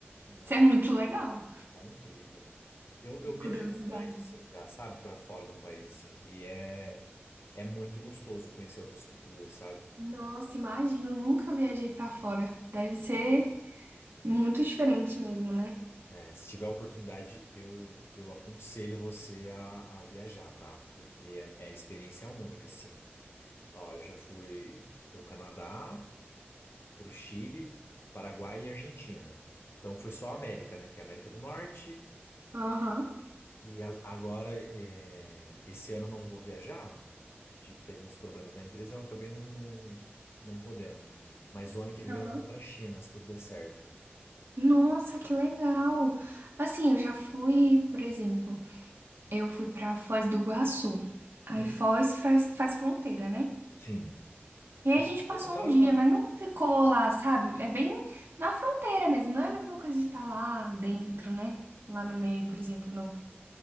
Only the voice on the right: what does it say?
Isso é muito legal.
Curiosidade.
Nossa, imagino, nunca viajei pra fora. Deve ser muito diferente mesmo, né?
Aham,
aham.
Nossa, que legal! Assim, eu já fui, por exemplo, eu fui pra Foz do Iguaçu. Aí
Foz faz, faz fronteira, né?
E aí a gente passou
um dia, mas não ficou lá, sabe? É bem na fronteira mesmo, não é a mesma coisa de estar lá dentro, né? Lá no meio, por exemplo, não.